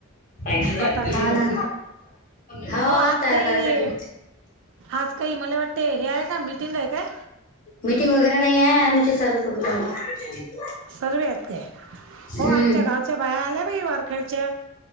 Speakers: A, on the left (about 40°); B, on the right (about 60°).
A: तिचं
B: गटाला
A: हा
B: गेले असं
A: ना हा
B: हो आज
A: तयार
B: काही
A: करायसाठी
B: आज काही मला वाटते हे आहे का मीटिंग आहे काय
A: मीटिंग वगैरे नाही आहे आमी ते सर्वे करून राहिलो
B: सर्व आहेत काय हो
A: हम्म
B: आमच्या गावच्या बाया आल्या बाई वारखेडच्या